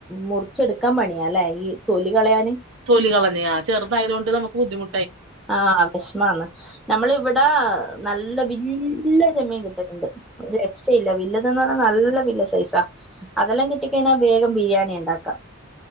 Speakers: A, in the centre; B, on the right.
A: മുറിച്ചെടുക്കാൻ പണിയാ അല്ലേ ഈ തൊലി കളയാന
B: തൊലി കളഞ്ഞാ ചെറുതായത കൊൊണ്ട് നമുക്ക് ബു
A: ആഹ വിഷമാന്ന് നമ്മള ഇവിടെ നല്ല വല്യ ചെമ്മീൻ കിട്ടട്ടുണ്ട് ഒരു പ ഇല്ല വില്ലതന്ന് പറഞ്ഞാൽ നല്ല വില്ല സൈസാ അതെല്ലാം കിട്ടിക്കഴിഞ്ഞാൽ വേഗം ബിരിയാണി ഉണ്ടാക്കാം